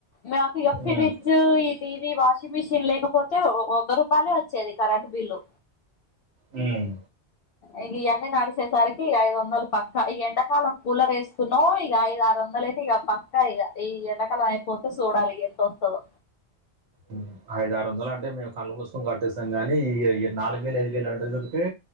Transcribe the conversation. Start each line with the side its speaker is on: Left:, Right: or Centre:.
Left: మాకు ఇగ ఫ్రి
Right: ఉమ్.
Left: జ్ ఈ టీవీ వాషింగ్ మిషిన్ లేకపోతే వంద రూపాయలే వచ్చేది కరెంట్ బిల్లు
Right: ఉమ్
Left: ఇగివన్నీ నడిచేసరికి ఐదు వందలు పక్కా ఈ ఎండాకాలం కూలర్ ఏసుకున్నాం ఇగ ఐదు ఆరు వందలయి తే పక్కా ఇగ ఈ ఎండకాలం అయిపోతే సూడాలి ఇగ ఎంత వస్తదో
Right: ఉమ్ హూ ఐదు ఆరు వందలు అంటే మేము కండ్లు మూసుకొని కట్టేస్తాం కాని ఈ నాలుగు వేలు ఐదు వేలు రెండు వందలు ఉంటే